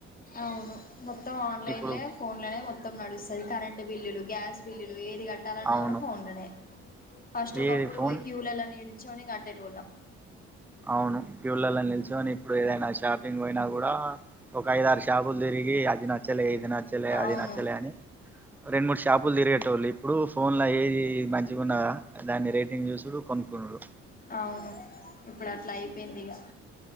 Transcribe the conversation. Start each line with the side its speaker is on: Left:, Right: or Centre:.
Left: అవును మొత్తం ఆన్లైన్లే
Centre: ఇప్పుడు
Left: ఫోన్ లోనే మొత్తం నడుస్తు కరెంటు బిల్లులు గ్యాస్ బిల్లులు ఏది కట్టాలన్నా
Centre: అవును
Left: కూడా ఫోన్లోనే ఫస్ట్ ఒకప్పుడు
Centre: ఏది ఫోన్
Left: పోయ్యి క్కూళ్ళ లో నిలుచోని కట్టెటొళ్ళం
Centre: అవును క్కూళ్ళల్లో నిల్చుని ఇప్పుడు ఏదైనా షాపింగ్ పోయినా కూడా ఒక ఐదు ఆరు షాపులు తిరిగి అది నచ్చలే ఇది నచ్చలే
Left: అవును
Centre: అది నచ్చలే అని రెండు మూడు షాపులు తిరిగేటోళ్ళు ఇప్పుడు ఫోన్లో ఏది మంచిగా ఉన్నదా దాన్ని రేటింగ్ చూసుడు కొనుక్కున్నుడు
Left: అవును ఇప్పుడు అట్లా అయిపోయింది ఇగ